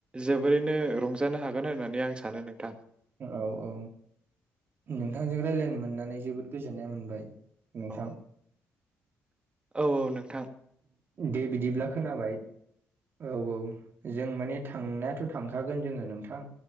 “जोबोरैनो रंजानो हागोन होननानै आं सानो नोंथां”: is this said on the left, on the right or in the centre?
Right